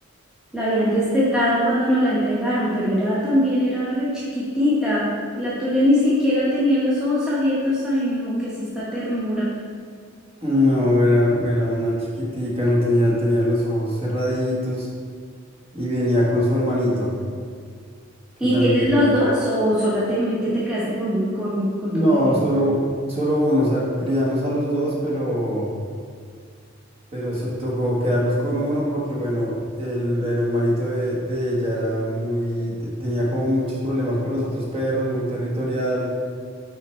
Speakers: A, in the centre; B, on the right.
A: la habían destetado cuando nos la entregaron, pero era también, era re chiquitita. La tuya ni siquiera tenía los ojos abiertos. Ay, no, qué es esta ternura.
B: No, era, era una chiquitica, no tenía, tenía los ojos cerraditos y venía con su hermanito, que
A: ¿Y
B: también.
A: tienes los dos o solamente te quedaste con, con, con
B: No,
A: tu perro?
B: solo, solo uno, o sea, criamos a los dos, pero, pero eso tocó quedarnos con uno porque, bueno, el, el hermanito de, de ella era muy, te- tenía como muchos problemas con los otros perros, muy territorial.